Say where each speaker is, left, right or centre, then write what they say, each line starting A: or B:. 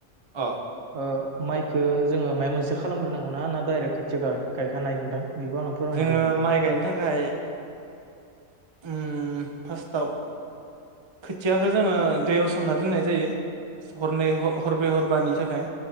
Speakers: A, on the right; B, on the right.
A: अ
B: ओ माइखो जोंङो मायबा मोनसे खालामग्रोनांगौना ना डाइरेक्ट खोथिया गाय गायखानो हायो नोंथां? बेखौ आंनो फोरमायना
A: जोंङो
B: होलाय नोंथां।
A: माइ गायनो थाखाय उम फार्स्टआव खोथियाखौ जोंङो दैयाव सोमना दोननाय जायो हरनै हरब्रै हरबानि थाखाय।